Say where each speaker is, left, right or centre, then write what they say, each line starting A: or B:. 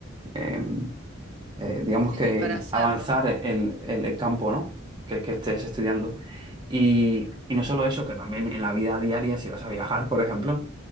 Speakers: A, on the right; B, on the right.
A: em, eh, digamos
B: Sí,
A: que
B: sí, para hacerlo
A: avanzar el, el- el campo, ¿no? Que, que estés estudiando. Y, y no solo eso, que también en la vida diaria, si vas a viajar, por ejemplo,